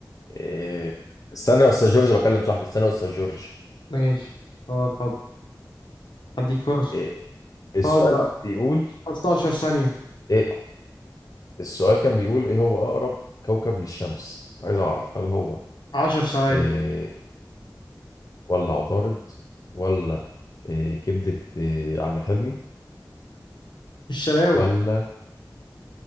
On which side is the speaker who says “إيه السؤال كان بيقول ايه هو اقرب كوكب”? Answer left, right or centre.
Left